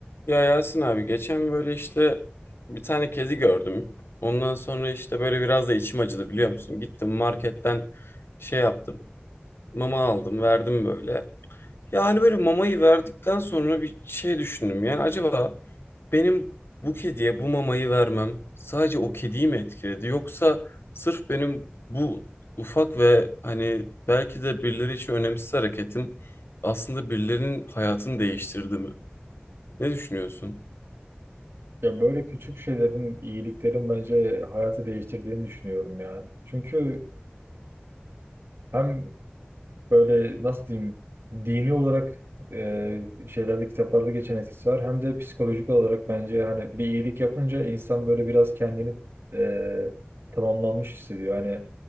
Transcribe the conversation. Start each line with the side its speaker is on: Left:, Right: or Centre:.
Left: Ya Yasin abi geçen böyle işte bir tane kedi gördüm. Ondan sonra işte böyle biraz da içim acıdı biliyor musun? Gittim marketten şey yaptım. Mama aldım verdim böyle. Ya hani böyle mamayı verdikten sonra bir şey düşündüm. Yani acaba benim bu kediye bu mamayı vermem sadece o kediyi mi etkiledi? Yoksa sırf benim bu ufak ve hani belki de birileri için önemsiz hareketim aslında birilerinin hayatını değiştirdi mi? Ne düşünüyorsun?
Right: Ya böyle küçük şeylerin, iyiliklerin bence hayatı değiştirdiğini düşünüyorum ya. Çünkü e, hem böyle nasıl diyeyim dini olarak e, şeylerde kitaplarda geçen etkisi var. Hem de psikolojik olarak bence hani bir iyilik yapınca insan böyle biraz kendini e, tamamlanmış hissediyor. Hani